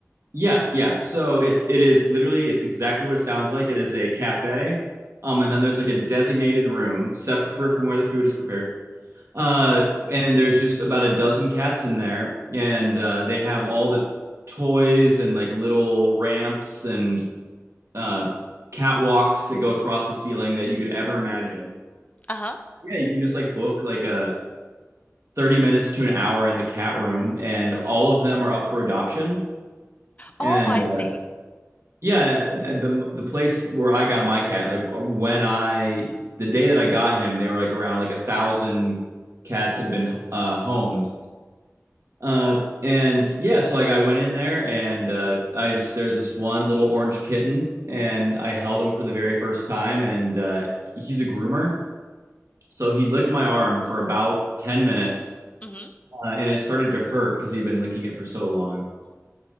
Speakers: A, on the right; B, on the left.
A: Yeah, yeah. So it's it is literally it's exactly what it sounds like. It is a cafe, um, and then there's like a designated room separate from where the food is prepared. Uh, and then there's just about a dozen cats in there, and uh, they have all the toys and like little ramps and uh, catwalks that go across the ceiling that you could ever imagine.
B: Uh-huh.
A: Yeah, you can just like book like a 30 minutes to an hour in the cat room, and all of them are up for adoption. And
B: Oh, I
A: uh,
B: see.
A: yeah, the the place where I got my cat, like when I the day that I got him, they were like around like a thousand cats had been uh, homed. Uh, and yeah, so like I went in there and uh, I just there's this one little orange kitten and I held him for the very first time and uh, he's a groomer So he licked my arm for about 10 minutes,
B: Mm-hmm.
A: uh, and it started to hurt because he'd been licking it for so long.